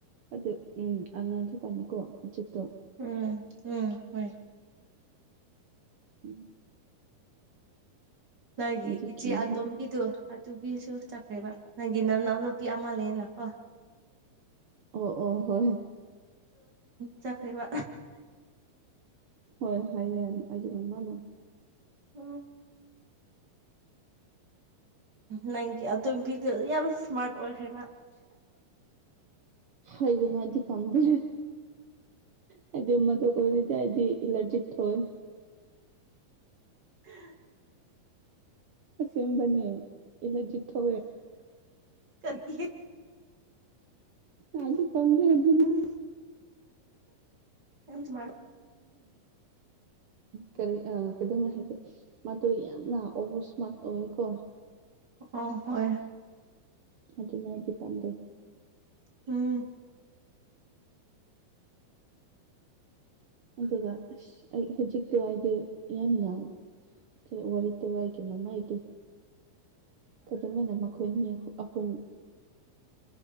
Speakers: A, on the right; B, on the right.
A: ꯑꯗꯨ ꯎꯝ ꯑꯉꯥꯡ ꯈ ꯄꯥꯃꯤꯀꯣ ꯎꯆꯤꯛꯇꯣ
B: ꯎꯝ ꯎꯝ ꯍꯣꯏ
A: ꯎꯝ
B: ꯅꯪꯒꯤ
A: ꯑꯩꯗꯤ
B: ꯏꯆꯦ
A: ꯀꯤꯍꯦ
B: ꯇꯣꯀꯗꯨꯣ ꯑ ꯅꯨꯄꯤꯁꯨ ꯆꯠꯈ꯭ꯔꯦꯕ ꯅꯪꯒꯤ ꯅꯪꯅ ꯅꯨꯄꯤ ꯑꯃꯂꯅ ꯀꯣ
A: ꯑꯣ ꯑꯣ ꯍꯣꯏ
B: ꯆꯈꯩꯕ
A: ꯍꯣꯏ ꯍꯥꯏꯌꯦ ꯑꯩꯒꯤ ꯃꯃꯥꯅꯣ
B: ꯎꯝ ꯅꯪꯒꯤ ꯑꯇꯣꯝꯕꯤꯗ ꯌꯥꯝ ꯏꯁꯃꯥꯔꯠ ꯑꯣꯏꯈ꯭ꯔꯦꯕ
A: ꯍꯥꯏꯒꯨꯅꯗꯤ ꯄꯝꯗꯦ ꯍꯥꯏꯗꯤ ꯃꯗꯨ ꯑꯣꯏꯔꯗꯤ ꯍꯥꯏꯗꯤ ꯑꯦꯂꯔꯖꯤ ꯊꯣꯛꯣꯏ
B: ꯎ
A: ꯁꯦꯝꯄꯅꯤ ꯏꯂꯖꯤꯊꯣ
B: ꯀꯔꯤꯒꯤ
A: ꯇꯥꯏꯗꯤ
B: ꯎꯝ
A: ꯐꯝꯗ ꯍꯥꯏ ꯑꯗꯨ
B: ꯎꯝ ꯌꯥꯝ ꯃꯥ
A: ꯀꯔꯤ ꯑ ꯑꯗꯨꯝ ꯍꯥꯏꯒꯦ ꯃꯗꯨ ꯌꯥꯝꯅ ꯑꯣꯚꯔ ꯏꯁꯃꯥꯔꯠ ꯑꯣꯏꯀꯣ
B: ꯑꯣ ꯍꯣꯏ
A: ꯑꯗꯨꯅꯗꯤ ꯄꯥꯝꯖꯩ
B: ꯎꯝ
A: ꯑꯗꯨꯒ ꯑꯁ ꯑꯩ ꯍꯧꯖꯤꯛꯇꯣ ꯍꯥꯏꯗꯤ ꯌꯥꯝꯅ ꯀ ꯋꯥꯔꯤꯔ ꯇ ꯍꯥꯏ ꯀꯦ ꯃꯃ ꯏꯗꯨ ꯑꯗꯨꯃꯅ ꯃꯈꯣꯏꯅꯤ ꯑꯍꯨꯝ